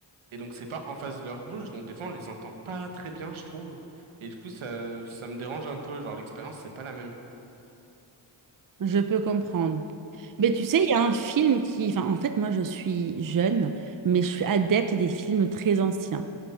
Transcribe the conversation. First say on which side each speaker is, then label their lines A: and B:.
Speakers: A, on the right; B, on the right.
A: et donc c'est pas en face de leur bouche, donc des fois, on les entend pas très bien, je trouve. Et du coup, ça, ça me dérange un peu, genre l'expérience, c'est pas la même.
B: Je peux comprendre. Mais tu sais, il y a un film qui... Enfin, en fait, moi, je suis jeune, mais je suis adepte des films très anciens.